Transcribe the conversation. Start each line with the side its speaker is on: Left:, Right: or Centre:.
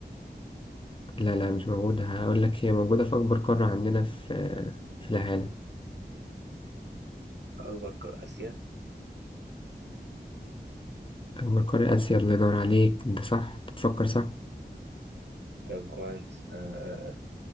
Left: لا لا مش موجودة هقول لك هي موجودة في أكبر قارة عندنا في في العالم
Right: أكبر قارة آسيا
Left: أكبر قارة آسيا الله ينور عليك أنت صح بتفكر صح
Right: طب كويس أه